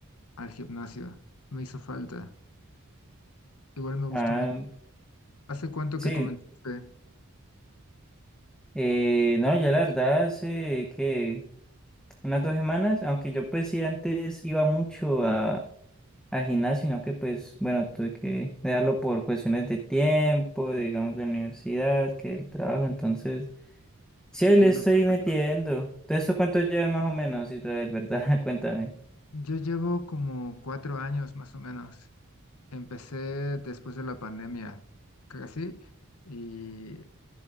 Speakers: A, on the left (about 80°); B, in the centre.
A: al gimnasio. Me hizo falta. Igual me gustó
B: Ah,
A: mucho. ¿Hace cuánto
B: sí,
A: que comenzaste?
B: eh, no, ya la verdad hace que unas dos semanas, aunque yo pues sí antes iba mucho a, al gimnasio, sino que pues bueno, tuve que dejarlo por cuestiones de tiempo, digamos de la universidad, que del trabajo, entonces... Sí,
A: Te
B: ahí
A: entiendo
B: le estoy
A: perfecto.
B: metiendo. ¿De eso cuánto llevas más o menos, Israel, verdad? <laughs> Cuéntame.
A: Yo llevo como cuatro años más o menos. Empecé después de la pandemia, casi, y,